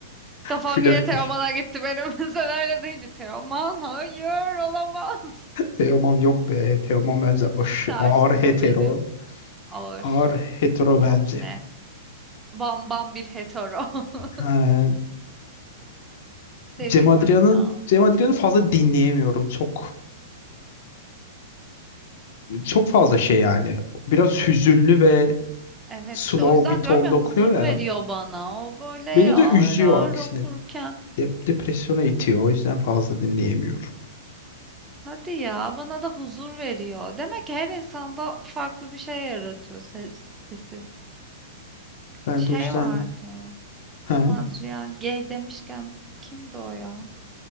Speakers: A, on the right (about 15°); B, on the left (about 55°).
A: Kafam
B: Flörtleş.
A: yine Teoman'a gitti benim. <laughs> Sen öyle deyince Teoman hayır olamaz.
B: Teoman yok be. Teoman
A: <laughs>
B: bence
A: Lise
B: aş-
A: aşkım
B: ağır hetero.
A: o benim. Ağır.
B: Ağır hetero
A: Çok
B: bence.
A: net. Bam bam bir hetero. <laughs>
B: Ha,
A: Seviyorum
B: Cem Adrian'ı
A: ya.
B: Cem Adrian'ı fazla dinleyemiyorum. Çok e, çok fazla şey yani. Biraz hüzünlü ve
A: Evet
B: slow
A: işte o yüzden
B: bir tonda
A: diyorum ya
B: okuyor
A: huzur
B: ya.
A: veriyor bana. O böyle
B: Beni
A: ağır
B: de üzüyor
A: ağır
B: aksine.
A: okurken.
B: De- depresyona itiyor. O yüzden fazla dinleyemiyorum.
A: Hadi ya bana da huzur veriyor. Demek ki her insanda farklı bir şey yaratıyor ses, sesi.
B: Ben
A: Şey
B: de o yüzden
A: vardı.
B: ha,
A: Cem Adrian gay demişken kimdi o ya?